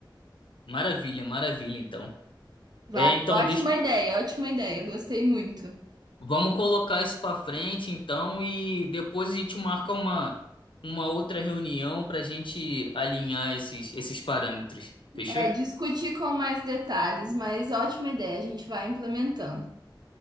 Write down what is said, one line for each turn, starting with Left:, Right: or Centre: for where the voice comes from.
Left: Maravilha, maravilha, então.
Right: Vale,
Left: É, então
Right: ótima
Left: deixa,
Right: ideia, ótima ideia, gostei muito.
Left: vamos colocar isso pra frente, então, e depois a gente marca uma uma outra reunião pra gente alinhar esses esses parâmetros. Fechou?
Right: É, discutir com mais detalhes, mas ótima ideia, a gente vai implementando.